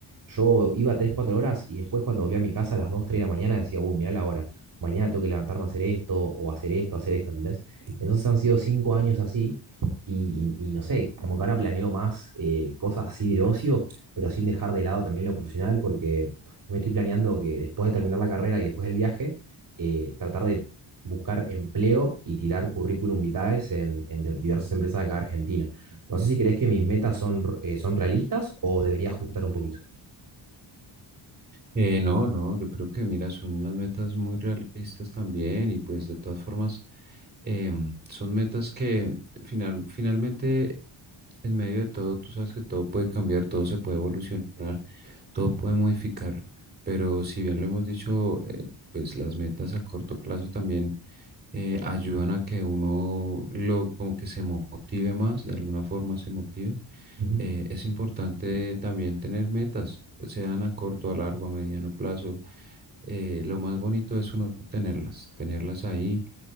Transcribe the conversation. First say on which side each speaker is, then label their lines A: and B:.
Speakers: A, on the right; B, on the right.
A: yo iba 3 4 horas y después cuando volví a mi casa a las 2 3 de la mañana decía, uy, mirá la hora, mañana tengo que levantarme a hacer esto o hacer esto, hacer esto, ¿entendés? Entonces han sido 5 años así y, y no sé, como que ahora planeo más eh, cosas así de ocio, pero sin dejar de lado también lo profesional porque me estoy planeando que después de terminar la carrera y después del viaje, eh, tratar de buscar empleo y tirar currículum vitae en, en de- diversas empresas de acá de Argentina. No sé si crees que mis metas son, eh, son realistas o debería ajustar un poquito.
B: Eh, no, no, yo creo que mira, son unas metas muy realistas también y pues de todas formas em, son metas que final, finalmente en medio de todo, tú sabes que todo puede cambiar, todo se puede evolucionar, todo puede modificar, pero si bien lo hemos dicho, eh, pues las metas a corto plazo también eh, ayudan a que uno lo como que se motive más, de alguna forma se motive
A: Ujú.
B: eh, es importante también tener metas, sean a corto, a largo, a mediano plazo. Eh, lo más bonito es uno tenerlas, tenerlas ahí